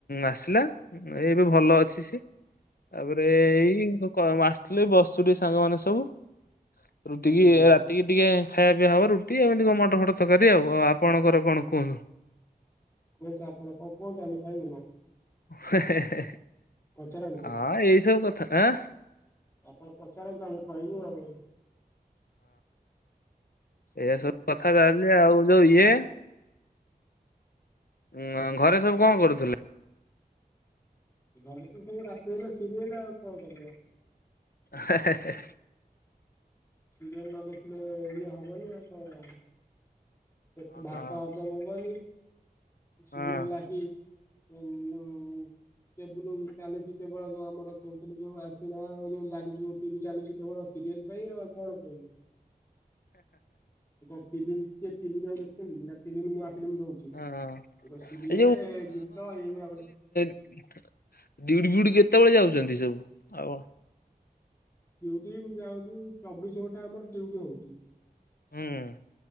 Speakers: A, on the left (about 70°); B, on the left (about 15°).
A: ଆସିଲା ଏବେ ଭଲ ଅଛି ସିଏ ତାପରେ ଏଇ କ ଆସିଥିଲେ ବସୁ ଟିକେ ସାଙ୍ଗମାନେ ସବୁ ରୁଟିିକି
B: ଆଜ୍ଞା।
A: ରାତିକି ଟିକେ ଖାଇବା ପିଇବା ହେବ ରୁଟି ଏମିତି କଣ ମଟର ଫଟର ତରକାରୀ ଆଉ ଆପଣଙ୍କର କଣ କୁହ?
B: କୁହଁନ୍ତୁ ଆପଣ କଣ କୁହଁନ୍ତ ଆମେ କହିବୁ ନା
A: ହେ ହେ
B: ପଚାରନ୍ତୁ।
A: ଅଁ ଏଇ ସବୁ କଥା ଏଁ?
B: ଆପଣ ପଚାରନ୍ତୁ ଆମେ କହିବୁ ଆଉ?
A: ଏୟା ସବୁ କଥା ତାହାଲେ ଆଉ ଯୋଉ ଇଏ ଉଁ ଘରେ ସବୁ କଁ କରୁଥିଲେ?
B: ଘରେ ତ ସବୁ ରାତି ହେଲେ ସିରିଏଲ ଆଉ କଁ କରିବ
A: ହେ ହେ ହେ।
B: ସିରିଏଲ ନ ଦେଖିଲେ ଇଏ ହବନି ଆଉ କଁ ହବ ତ କେତେ
A: ହଁ
B: ଭାତ ହ ହଜମ ହବନୀ ସିରିଏଲ
A: ହଁ
B: ଲାଗି ମଁ କେବୁଲ ଚାଲିଚି କେବଳ ଯୋଉ ଆମର କହୁଥିଲି ଯୋଉ ଆଣ୍ଟିନା ଏଇ ଯୋଉ ଲାଗିଚି ଯୋଉ ଟିଭି ଚାଲୁଚି କେବଳ ସିରିଏଲ ପାଇଁ ଆଉ କଣ ପାଇଁ ଗପିବି <unintelligible> ନୂଆ ଫିଲ୍ମ ଦଉଚି ଏ
A: ହଁ।
B: ତ ସିରିଏଲେ
A: ଏ
B: ଗୀତ ଏଇଗୁଡ଼ାକ
A: ଡିଉଟି ଫିଉଟି କେତବେଳେ ଯାଉଛନ୍ତି ସବୁ ଆଉ
B: ଡିଉଟି ମୁଁ ଯାଉଚି ଚବିଶ ଘଣ୍ଟା ଆମର ଡିଉଟି ହଉଚି।
A: ହୁଁ।